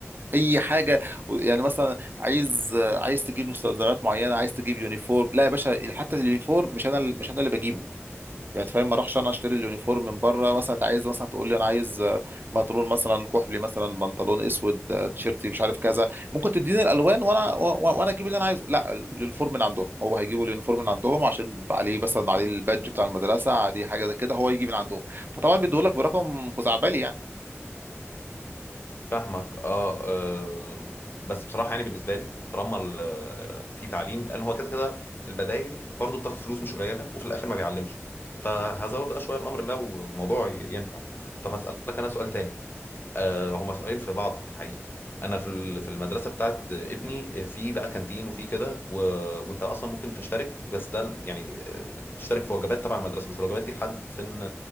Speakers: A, on the right; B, on the left.
A: اي حاجه يعني مثلا عايز عايز تجيب مستلزمات معينه عايز تجيب يونيفورم لا يا باشا حتى اليونيفورم مش انا مش انا اللي بجيبه يعني انت فاهم ما اروحش انا اشتري اليونيفورم من بره مثلا انت عايز مثلا تقول لي انا عايز آه، بنطلون مثلا كحلي مثلا بنطلون اسود آه، تيشيرتي مش عارف كذا ممكن تديني الالوان وانا و- و- وانا اجيب اللي انا عايزه لا اليونيفورم من عندهم هو هيجيبوا اليونيفورم من عندهم عشان عليه مثلا عليه البادج بتاع المدرسه عليه حاجه زي كده هو يجي من عندهم فطبعا بيديهولك برقم خزعبلي يعني
B: فاهمك اه آه، بس بصراحه يعني بالنسبه لي طالما ال- آه، في تعليم لان هو كده كده البدايل برضو بتاخد فلوس مش قليله وفي الاخر ما بيعلمش فهزود بقى شويه الامر لو الموضوع ي- ينفع طب هسالك انا سؤال تاني آه هما سؤالين في بعض في الحقيقه انا في ال- في المدرسه بتاعت ابني آه، في بقى كانتين وفي كده و... وانت اصلا ممكن تشترك بس ده ال- يعني آه، تشترك في وجبات تبع المدرسه بس الوجبات دي لحد سن